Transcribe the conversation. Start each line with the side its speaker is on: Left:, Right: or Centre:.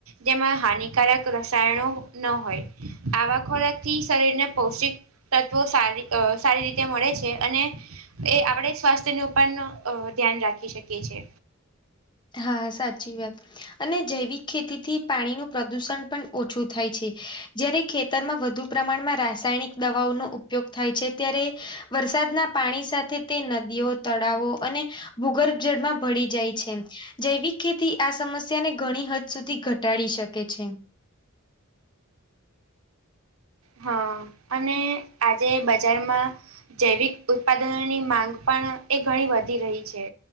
Right: જેમાં હાનિકારક રસાયણો ન હોય, આવા ખોરાકથી શરીરને પૌષ્ટિક... તત્વો સારી અ સારી રીતે મળે છે, અને એ આપડે સ્વાસ્થ્યનું પણ ધ્યાન રાખી શકીએ છે.
Left: હા સાચી વાત અને જૈવિક ખેતીથી પાણીનું પ્રદુષણ પણ ઓછું થાય છે. જ્યારેે ખે તરમાં વધુ પ્રમાણમાં રાસાયણિક દવાઓનો ઉપયોગ થાય ત્યારે વરસાદના પાણી સાથે તે નદીઓ, તળાવો અને ભૂગર્ભ જળમાં ભળી જાય છે. જૈવિક ખેતી આ સમસ્યાને ઘણી હદ સુધી ઘટાડી શકે છે.
Right: હ અને આજે બજારમાં જૈવિક ઉત્પાદનોની માંગ પણ એ ઘણી વધી રહી છે.